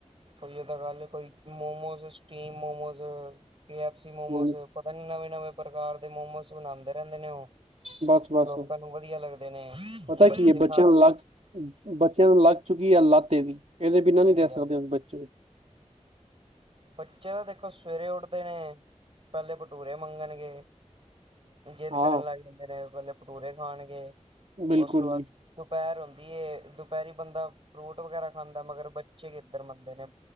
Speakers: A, on the right (about 50°); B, on the right (about 70°).
A: ਓਈਓ ਤਾਂ ਗਲ ਏ ਕੋਈ momos steam momos, K FC
B: ਨੇ
A: ਮੋਮੋਜ਼। ਪਤਾ ਨੀ ਨਵੇਂ ਨਵੇਂ ਪ੍ਰਕਾਰ ਦੇ ਮੋਮੋਸ ਬਣਾਉਂਦੇ ਰਹਿੰਦੇ ਨੇ ਉਹ।
B: ਬਸ ਬਸ
A: ਲੋਕਾਂ ਨੂੰ ਵਧੀਆ ਲੱਗਦੇ ਨੇ,
B: ਪਤਾ ਕੀ
A: ਬੱਚੇ
B: ਹੈ ਬੱਚਿਆਂ
A: ਸਾਰਾ
B: ਨੂੰ ਲੱਗ ਬੱਚਿਆਂ ਨੂੰ ਲੱਗ ਚੁੱਕੀ ਐ ਲੱਤ ਇਹਦੀ, ਏਦੇਂ ਬਿਨਾਂ
A: ਸਹੀ
B: ਨੀ ਰੈ ਸਕਦੇ
A: ਗੱਲ ਹੈ
B: ਹੁਨ ਬੱਚੇ।
A: ਬੱਚੇਆਂ ਦੇਖੋ ਸਵੇਰੇ ਉੱਠਦੇ ਨੇ ਪਹਿਲੇ ਭਟੂਰੇ ਮੰਗਣਗੇ ਜਿੱਦ
B: ਹਾਂ
A: ਕਰਨ ਲੱਗ ਜਾਂਦੇ ਨੇ ਪਹਿਲੇ ਭਟੂਰੇ ਖਾਣਗੇ,
B: ਬਿਲਕੁਲ
A: ਉਸ ਤੋਂ ਬਾਅਦ
B: ਜੀ
A: ਦੁਪਹਿਰ ਹੁੰਦੀ ਏ, ਦੁਪਹਿਰੀ ਬੰਦਾ ਫਰੂਟ ਵਗੈਰਾ ਖਾਂਦਾ ਮਗਰ ਬੱਚੇ ਕਿੱਧਰ ਮੰਨਦੇ ਨੇ।